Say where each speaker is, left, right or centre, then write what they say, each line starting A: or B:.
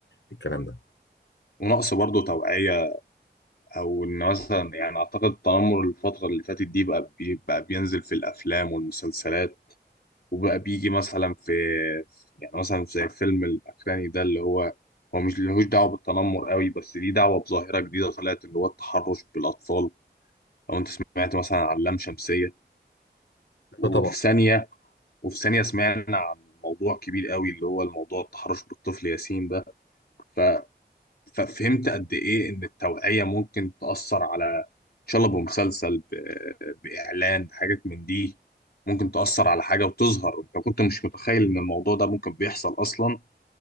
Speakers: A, on the left; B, on the left.
A: الكلام ده
B: ونقص برضه توعية أو إن مثلا يعني أعتقد التنمر الفترة اللي فاتت دي بقى بي- بقى بينزل في الأفلام والمسلسلات وبقى بيجي مثلا في يعني مثلا زي الفيلم الأخراني ده اللي هو هو مش لهوش دعوة بالتنمر قوي بس دي دعوة بظاهرة جديدة طلعت اللي هو التحرش بالأطفال لو أنت سمعت مثلا عن لام شمسية
A: أيوة
B: وفي
A: طبعا
B: ثانية وفي ثانية سمعنا عن موضوع كبير قوي اللي هو الموضوع التحرش بالطفل ياسين ده ف... ففهمت قد إيه إن التوعية ممكن تأثر على إن شاء الله بمسلسل ب... بإعلان بحاجات من دي ممكن تأثر على حاجة وتظهر أنت كنت مش متخيل إن الموضوع ده ممكن بيحصل أصلا